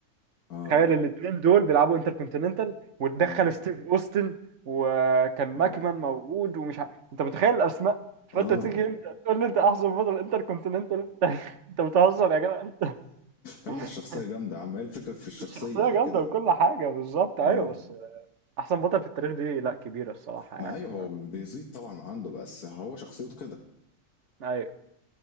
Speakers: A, on the left (about 70°); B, on the right (about 55°).
A: اه
B: تخيل الاثنين دول بيلعبوا انتركونتيننتال وتدخل
A: اه
B: ستيف اوستن وكان
A: اه
B: ماكمان موجود ومش ع... انت متخيل الاسماء فانت
A: اه
B: تيجي انت تقول لي انت احسن بطل انتركونتيننتال <laughs> في التاريخ انت بتهزر يا جدع انت <laughs>
A: يا عم الشخصيه جامده يا عم ايه الفكره في الشخصيه
B: الشخصيه
A: كده
B: جامده وكل حاجه بالظبط ايوه
A: اه
B: بس احسن بطل في التاريخ دي لا كبيره الصراحه
A: ما
B: يعني
A: ايوه هو
B: ما...
A: بيزيد طبعا من عنده بس هو شخصيته كده
B: ايوه